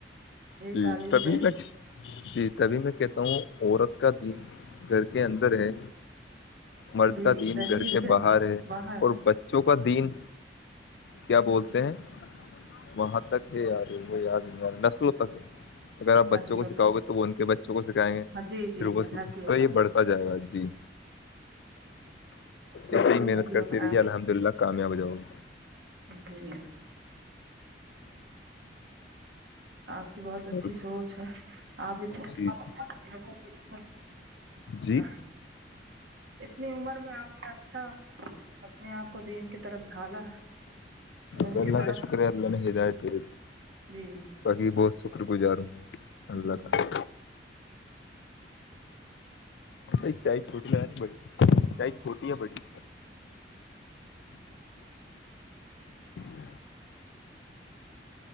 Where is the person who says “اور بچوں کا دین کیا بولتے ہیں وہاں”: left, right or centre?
Left